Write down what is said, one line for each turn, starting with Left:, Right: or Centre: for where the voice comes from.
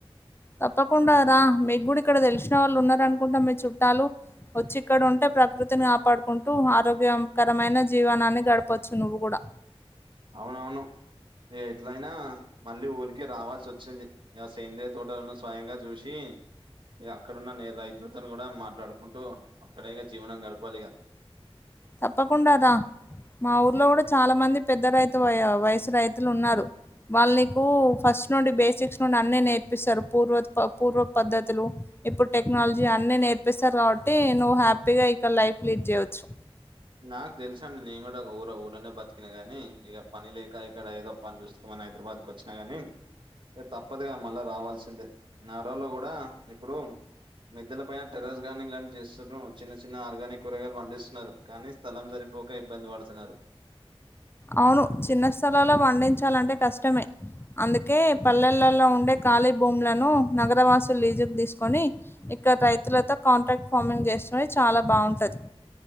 Left: తప్పకుండా రా, మీకు కూడా ఇక్కడ తెలిసిన వాళ్ళు ఉన్నరు అనుకుంటాం మీ చుట్టాలు. వచ్చి ఇక్కడ ఉంటే ప్రకృతిని కాపాడుకుంటూ, ఆరోగ్యకరమైన జీవనాన్ని గడపచ్చు నువ్వు కూడా.
Right: అవునవును ఇగ ఎట్లయినా మళ్ళీ ఊరికే రావాల్సచ్చింది ఆ సేంద్రియ తోటలను స్వయంగా చూసి ఇక అక్కడున్న నేల రైతులతో కూడా మాట్లాడుకుంటూ, అక్కడేగా జీవనం గడపాలి ఇగ
Left: తప్పకుండా రా మా ఊర్లో గుడ చాలా మంది పెద్ద రైతు వయ వయసు రైతులు ఉన్నారు. వాళ్ నీకు ఫస్ట్ నుండి బేసిక్స్ నుండి అన్ని నేర్పిస్తరు, పూర్ పూర్వ పద్ధతులు ఇప్పుడు టెక్నాలజీ అన్ని నేర్పిస్తరు కాబట్టి నువ్వు హ్యాపీగా ఇక్క లైఫ్ లీడ్ చేయచ్చు.
Right: నాకు తెలుస అండి నేను కూడా ఒక ఊర ఊళ్ళనే బతికినా గాని, ఇగ పని లేక ఇక్కడ ఏదో పని చూసుకో మొన్న హైదరాబాద్ కు వచ్చినా గానీ తప్పదుగా మళ్ళా రావాల్సిందే నా రోజుల్లో గుడా ఇప్పుడు మిద్దల పైన టెర్రెస్ గార్డెనింగ్ లని చేస్తుర్రు, చిన్న చిన్న ఆర్గానిక్ కూరగాయలు పండిస్తున్నరు. కానీ స్థలం సరిపోక ఇబ్బంది పడుతున్నారు
Left: అవును చిన్న స్థలాల్లో పండించాలంటే కష్టమే, అందుకే పల్లెలలో ఉండే ఖాళీ భూములను నగర వాసులు లీజు తీసుకొని ఇక్కడ రైతులతో కాంట్రాక్ట్ ఫార్మింగ్ చేస్ సోయి చాలా బాగుంటది